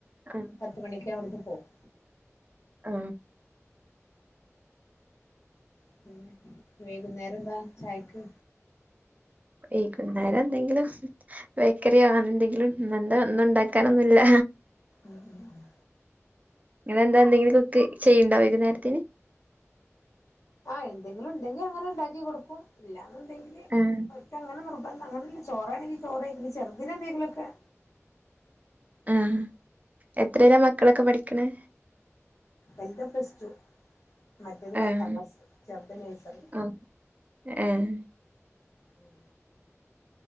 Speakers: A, on the right; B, on the left.
A: ആഹ്
B: പത്ത്മണിക്ക് ഞാവിടുന്ന് പോവും
A: ആ
B: പിന്നെ വൈകുന്നേരംന്താ ചായക്ക്
A: വൈകുന്നേരം എന്തെങ്കിലും ബേക്കറി അങ്ങനെന്തെങ്കിലും നന്താഒന്നും ഉണ്ടാക്കാനൊന്നുല്ല
B: ഉം ഉം ഉ
A: ഇങ്ങളെന്താ എന്തെങ്കിലും കുക്ക് ചെയ്യ്ണ്ടോ വൈകുന്നേരത്തിന്
B: ആ എന്തെങ്കിലും ഉണ്ടെങ്കി അങ്ങനെ ഉണ്ടാക്കി കൊടുക്കും ഇല്ലാ ന്ണ്ടെങ്കിൽ
A: ആഹ്
B: ഒര്ക്കങ്ങനെ നിർബ പ്പോ അങ്ങനല്ല ചോറാണെങ്കി ചോറ് വെയ്ക്കും ചെറുദിനെ എന്തെങ്കിലോക്കെ
A: ആ എത്രെലാ മക്കളൊക്കെ പഠിക്കണെ
B: എന്റെ പ്ലസ്റ്റു മറ്റേത് പത്താം
A: ആഹ്
B: ക്ലാസ് ചെർത് നേഴ്സറി
A: ആഹ് ഏഹ്
B: ഉം